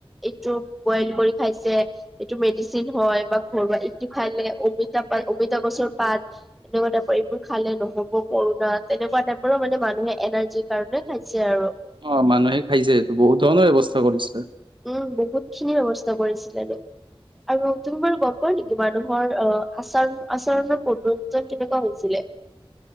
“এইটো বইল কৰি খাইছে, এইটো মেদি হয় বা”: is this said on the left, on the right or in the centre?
Centre